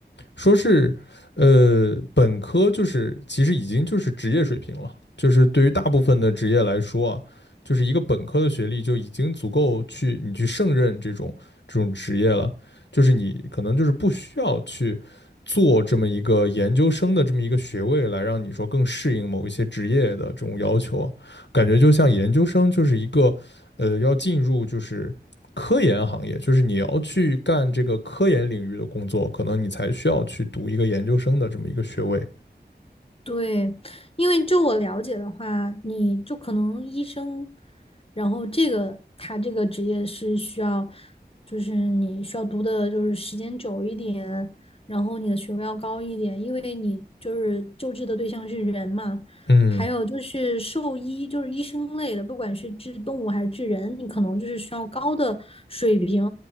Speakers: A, on the left (about 80°); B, on the left (about 30°).
A: 说是呃本科就是其实已经就是职业水平了，就是对于大部分的职业来说啊，就是一个本科的学历就已经足够去你去胜任这种这种职业了，就是你可能就是不需要去做这么一个研究生的这么一个学位来让你说更适应某一些职业的这种要求啊，感觉就像研究生就是一个呃要进入就是。科研行业，就是你要去干这个科研领域的工作，可能你才需要去读一个研究生的这么一个学位。
B: 对，因为就我了解的话，你就可能医生，然后这个他这个职业是需要，就是你需要读的就是时间久一点，然后你的学位要高一点，因为你就是救治的对象是人嘛。
A: 嗯，
B: 还有就是兽医，就是医生类的，不管是治动物还是治人，你可能就是需要高的水平，